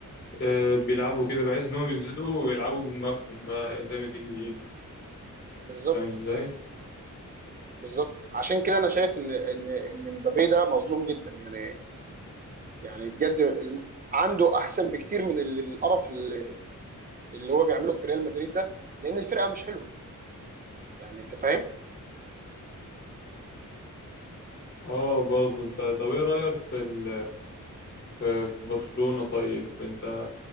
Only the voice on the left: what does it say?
آه، بيلعبوا
كده بحيث ان هم بينزلوا ويلعبوا بدماغهم بقى زي ما تيجي تيجي
فاهم ازاي
اه برضه انت طب ايه رايك في ال... في في برشلونة طيب انت